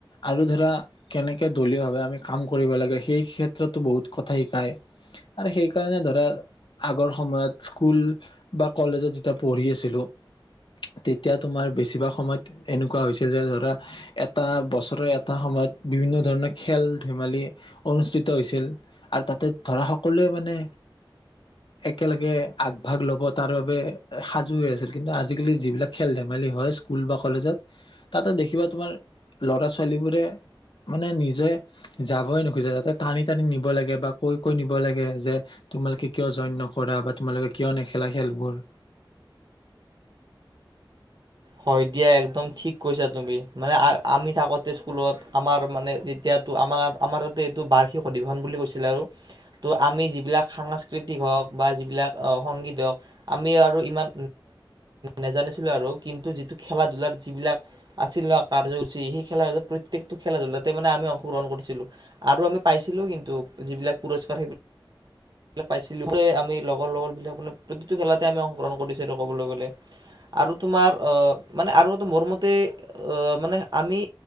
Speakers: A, on the left; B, on the right.
A: আৰু ধৰা কেনেকে দলীয়ভাৱে আমি কাম কৰিব লাগে সেই ক্ষেত্ৰতো বহুত কথা শিকায় আৰু সেইকাৰণে ধৰা আগৰ সময়ত স্কুল বা কলেজত যেতিয়া পঢ়ি আছিলো তেতিয়া তোমাৰ বেছিভাগ সময়ত এনেকুৱা হৈছিল যে ধৰা এটা বছৰ এটা সময়ত বিভিন্ন ধৰণৰ খেল ধেমালি অনুষ্ঠিত হৈছিল আৰু তাতে ধৰা সকলোৱে মানে একেলগে আগভাগ ল'ব তাৰ বাবে সাজু হৈ আছিল কিন্তু আজি আজিকালি যিবিলাক খেল ধেমালি হয় স্কুল বা কলেজত তাতে দেখিবা তোমাৰ ল'ৰা ছোৱালীবোৰে মানে নিজে যাবই নোখোজে যাতে টানি টানি নিব লাগে বা কৈ কৈ নিব লাগে যে তোমালোকে কিয় জইন নক কৰা বা তোমালোকে কিয় নেখেলা খেলবোৰ
B: হয় দিয়া একদম ঠিক কৈছা তুমি মানে আমি থাকোঁতে স্কুলত আমাৰ মানে যেতিয়াতো আমাৰ আমাৰ তাতে এইটো বাৰ্ষিক অধিৱেশন বুলি কৈছিলে আৰু ত' আমি যিবিলাক সাংস্কৃতিক হওক বা যিবিলাক সংগীত হওক আমি আৰু ইমান নেজানিছিলোঁ আৰু কিন্তু যিটো খেলা ধলাৰ যিবিলাক আছিল ন কাৰ্যসূচী সেই খেলা ধূলাত প্ৰত্যয়েক টো খেলা ধূলাতে মানে আমি অংশগ্ৰহণ কৰিছিলো আৰু আমি পাইছিলো কিন্তু যিবিলাক পুৰস্কাৰ সেইবিলাক সিবিলাক পাইছিলোঁ আমি লগৰ লগৰবিলাক মানে প্ৰতিটো খেলাতে আমি অংশগ্ৰহণ কৰিছিলো ক'বলৈ গ'লে আৰু তোমাৰ মানে আৰু এ মোৰ মতে মানে আমি